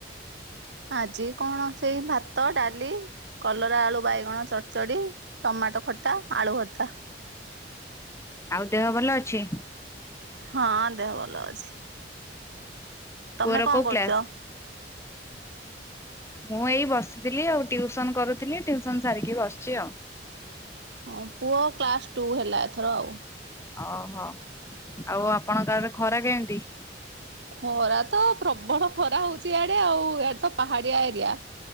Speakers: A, on the right (about 75°); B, on the left (about 15°).
A: ଆଜି କଣ ସେଇ ଭାତ ଡାଲି କଲରା ଆଳୁ ବାଇଗଣ ଚଡ଼ଚଡି ଟମାଟୋ ଖଟା ଆଳୁ ଭଟା।
B: ଆଉ ଦେହ ଭଲ ଅଛି।
A: ହଁ ଦେହ ଭଲ ଅଛି। ତମେ
B: ପୁଅର
A: କଣ
B: କୋଉ
A: କରୁଛ?
B: କ୍ଲାସ? ମୁଁ ଏଇ ବସିଥିଲି ଆଉ ଟିଉସନ କରୁଥିଲି ଟ୍ୟୁଉସନ ସାରିକି ବସିଛି ଆଉ।
A: ହଁ ପୁଅ କ୍ଲାସ ଟୁ ହେଲା ଏଥର ଆଉ।
B: ଓହୋ ଆଉ ଆପଣ କାରେ ଖରା କେମିତି?
A: ଖରା ତ ପ୍ରବଳ ଖରା ହଉଛି ଇଆଡେ ଆଉ ଇଡେ ତ ପାହାଡିଆ ଏରିଆ।